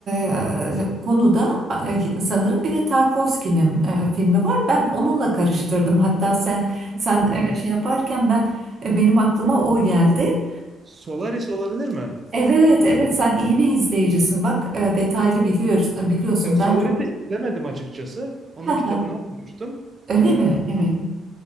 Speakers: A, on the right; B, on the right.
A: e, konuda e, sanırım bir de Tarkovski'nin e, filmi var. Ben onunla karıştırdım. Hatta sen sen
B: Hmm,
A: e, şey yaparken ben e, benim aklıma o geldi.
B: Solaris olabilir mi?
A: Evet, evet sen iyi bir izleyicisin. Bak e, detaylı biliyoruz, biliyorsun.
B: Ee, Solaris'i
A: Ben çok
B: izlemedim açıkçası. Onun
A: <laughs>
B: kitabını okumuştum.
A: öyle
B: Ee,
A: mi? Evet.